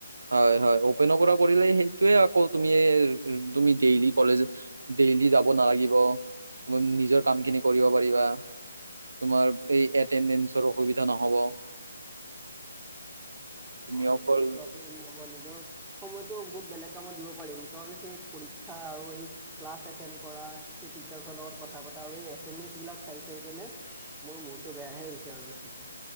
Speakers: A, on the right; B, in the centre.
A: হয় হয় অপেনৰ পৰা কৰিলেই সেই টোয়ে আকৌ তুমি তুমি ডেইলি কলেজ ডেইলি যাব নালাগিব নিজৰ কামখিনি কৰিব পাৰিবা তোমাৰ এই এত এটেণ্ডেঞ্চৰ অসুবিধা নহ'ব তুমি
B: অ
A: অকল
B: এ তেনে ধৰা পই পইচা নহ'ব নিজৰ সময়টো বহুত বেলেগ কামত দিব পাৰিম কাৰণ সেই পৰীক্ষা আৰু এই ক্লাছ এটেণ্ড কৰা সেই টিচাৰছৰ লগত কথা পতা আৰু এই এটেণ্ডেঞ্চবিলাক চাই চাই কেনে মোৰ মূৰটো বেয়াহে হৈছে আৰু বেছিকে